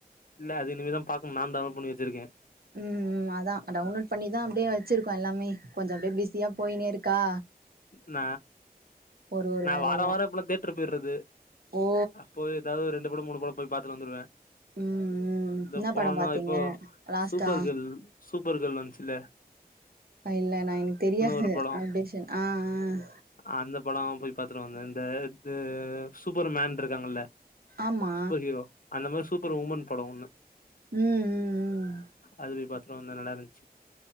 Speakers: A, on the left (about 60°); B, on the right (about 70°).
A: இல்ல அது இனிமே தா பாக்கன்னு நானு டவுன்லோட் பண்ணி வச்சிருக்க
B: ம் அதா டவுன்லோட் பண்ணிதா அப்டியே வச்சிருக்கோ எல்லாமே கொஞ்ச அப்டியே பிஸியா போயினே இருக்கா
A: ந
B: ஒரு ஒரு
A: நா
B: வேலையா
A: வார வார இப்பல்லா தேட்டரு போயிடுறது
B: ஓ
A: போய் ஏாவது ரெண்டுடம் மூன்னு பட போய் பார்த்துட்டு வந்துருவ
B: ம் ம்
A: இந்த
B: என்ன
A: போனா
B: படம் பாத்தீங்க
A: இப்போ
B: லாஸ்ட்டா
A: சூப்பர் கேர்ள் சூப்பர் கேர்ள் வந்துச்சல
B: இல்ல நா எனக்கு தெரியாது
A: ஒரு படோ
B: அப்டியனு <unintelligible> ஆஹ்ஹ்
A: அந்த பட போய் பாத்துருவந்த இந்த சூப்பர் மேன் இருக்காங்கல்ல
B: ஆமா
A: சூப்பர் ஹீரோ அந்த மாதிரி சூப்பர் உமன் படம் ஒண்ணு
B: ம் ம் ம்
A: அது போய் பாத்துட்டு வந்த நல்லா இருந்துச்சு